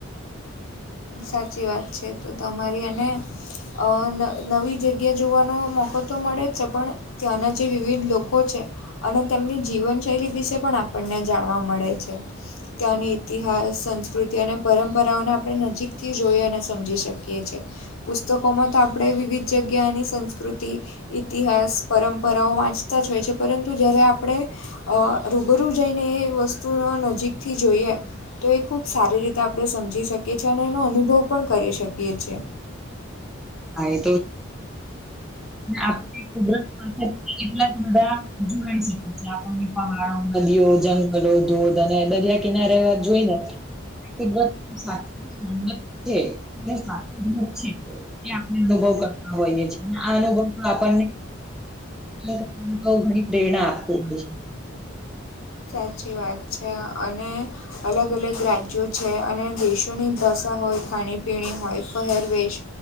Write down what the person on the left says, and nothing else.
સાચી વાત છે તો તમારી અને અ ન નવી જગ્યા જોવાનો મોકો તો મળે જ છે પણ ત્યાં ના જે વિવિધ લોકો છે. અને તેમની જીવનશૈલી વિશે પણ આપણને જાણવા મળે છે. ત્યાંની ઇતિહાસ સંસ્કૃતિ અને પરંપરાઓના એ નજીકથી જોઈ અને સમજી શકીએ છે. પુસ્તકોમાં તો આપણે વિવિધ જગ્યા એની સંસ્કૃતિ ઇતિહાસ પરંપરાઓ વાંચતા જ હોય છે. પરંતુ જ્યારે આપણે અ રૂબરૂ જઈને એ વસ્તુઓ નજીકથી જોઈએ. તે ખૂબ સારી રીતે આપણે સમજી શકયે છે અને એનો અનુભવ પણ કરી શકયે છે
સાચી વાત છે અને, અલગ અલગ રાજ્યો છે અને દેશોની ભાષા હોય ખાણી પીણી હોય પહેરવેશ